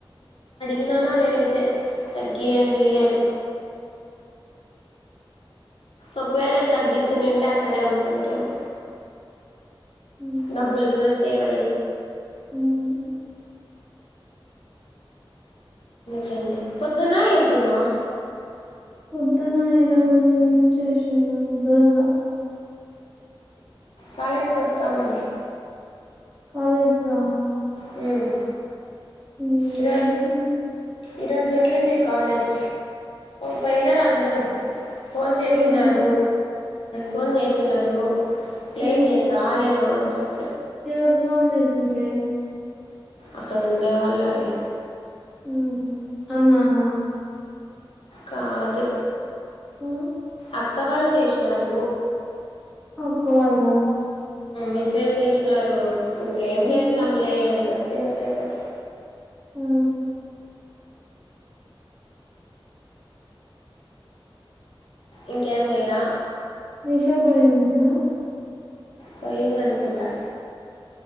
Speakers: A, on the left; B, in the centre.
A: ఈననా నేనైతే తగ్గియండి అని ఒకవేళ ఏం తగ్గించి తింటే అక్కడే ఉంటుంటాము
B: హ్మ్.
A: డబ్బులుగునే సేవ
B: అవును.
A: కజ పొద్దున్న ఏం తన్నావా
B: వొద్దున ఈరోోజు ఏం చేసినారు దోస
A: కాలేజీకి వస్తా మరి
B: కాలేజ్ కా
A: హ్మ్మ్
B: ఏమో
A: ఇరోజ
B: సంగతి.
A: ఇరోజ ంది కాలేజ్ పోయినారు అందరు ఫోన్ చేసన్నారు
B: పోయినారా?
A: ఫోన్ చేసినారు లేదు
B: హ్మ్.
A: నేను రాలేను అ చెప్ప
B: ఎవరు ఫోన్ చేసిండ్రు
A: అక్కడ ఉండే వాళ్ళాలి
B: హ్మ్మ్ అన్నా అన్నా
A: కాదు
B: ఆ
A: అక్కవాళ్ళు చేసినారు
B: అక్కవళా
A: మిసేజ్ చేసినారు ఇప్పుడు ఇంకేం
B: హ్మ్.
A: చేస్తాంలే అని చెప్పి ఎరికైపోత
B: ఆ!
A: ఇంకేం నలా
B: నిషా పోయిందంట
A: పోయిందనుకుంటా